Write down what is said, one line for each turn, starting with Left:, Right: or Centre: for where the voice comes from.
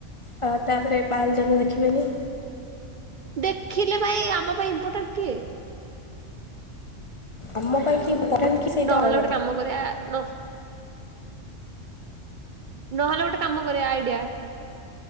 Left: ତ ତାପରେ <unintelligible> ଦେଖିବେନି।
Right: ଦେଖିଲେ ଭାଇ ଆମ ପାଇଁ ଇମ୍ପୋର୍ଟାଣ୍ଟ କିଏ।
Left: ଆମ ପାଇଁ ଇମ୍ପୋର୍ଟାଣ୍ଟ କି କି ସେଇଟା
Right: ନହେଲେ
Left: ଅଲଗା
Right: ଗୋଟେ
Left: କଥା
Right: କାମ କରିବା। ନ। ନହେଲେ ଗୋଟେ କାମ କରିବା ଆଇଡିଆ